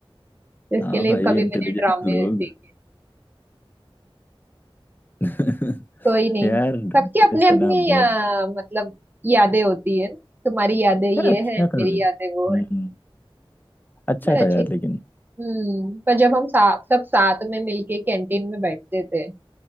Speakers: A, on the right; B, on the left.
A: था इसके
B: हाँ
A: लिए
B: भाई
A: कभी
B: इंटेलिजेंट
A: मैंने ड्रामे
B: लोग
A: देखे
B: <laughs>
A: कोई नहीं
B: यार ड्रामे
A: सबकी अपनी
B: से
A: अपनी
B: ना बहुत
A: अ, मतलब यादें होती है तुम्हारी यादें ये
B: यार अच्छा
A: है
B: था
A: मेरी
B: ले हम्म
A: यादें वो है
B: अच्छा
A: पर अच्छी
B: था यार लेकिन
A: हम्म पर जब हम सा, सब साथ में मिलके कैंटीन में बैठते थे